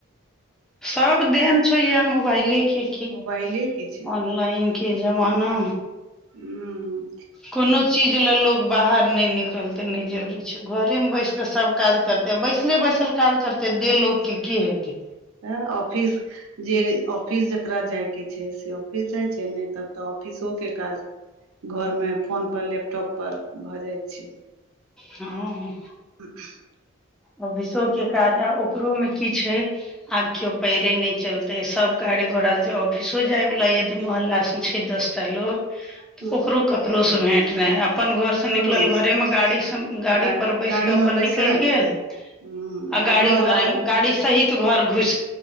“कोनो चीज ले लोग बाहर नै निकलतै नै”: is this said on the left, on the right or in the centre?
Centre